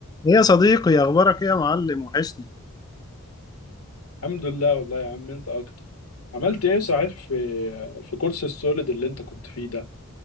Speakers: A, on the left; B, on the left.
A: ايه يا صديقي اخبارك ايه يا معلم وحشني
B: الحمد لله والله يا عم انت اكتر عملت ايه صحيح في في كورس السوليد اللي انت كنت فيه ده